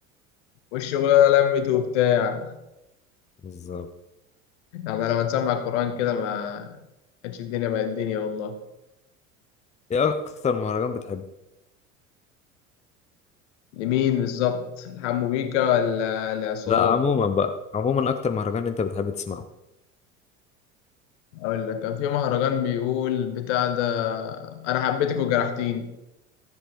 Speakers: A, on the left; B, on the left.
A: والشغلانة لمت وبتاع
B: بالظبط
A: يعني لما تسمع القرآن كده ما كانتش الدنيا بقت الدنيا والله
B: ايه اكتر مهرجان بتحبه
A: لمين بالظبط لحمو بيكا ولا لعصام
B: لا عموما بقى عموما اكتر مهرجان انت بتحب تسمعه
A: اقول لك كان في مهرجان بيقول بتاع ده انا حبيتك وجرحتيني